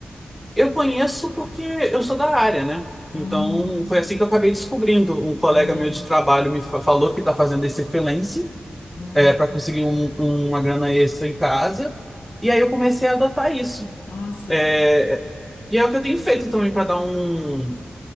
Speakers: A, in the centre; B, on the left.
A: Eu conheço porque eu sou da área, né?
B: Hum,
A: Então, foi assim que eu acabei descobrindo. Um colega
B: aham,
A: meu de trabalho me fa- falou que está fazendo esse freelance.
B: hum,
A: é, para conseguir um- uma grana extra em casa. E aí eu comecei a adotar isso.
B: nossa,
A: É, e é o que eu tenho feito também para dar um,